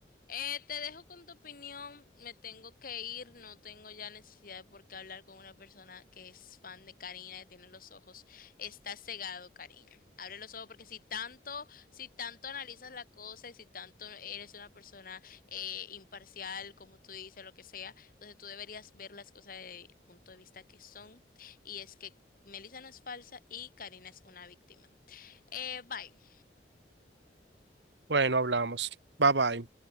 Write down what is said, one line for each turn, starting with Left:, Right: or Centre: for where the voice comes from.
Left: eh, te dejo con tu opinión. Me tengo que ir, no tengo ya necesidad de por qué hablar con una persona que es fan de Karina, que tiene los ojos. Está cegado, Karina. Abre los ojos porque si tanto, si tanto analizas la cosa y si tanto eres una persona eh, imparcial, como tú dices, lo que sea, entonces tú deberías ver las cosas desde el punto de vista que son. Y es que Melissa no es falsa y Karina es una víctima. Eh, bye.
Right: Bueno, hablamos. Bye bye.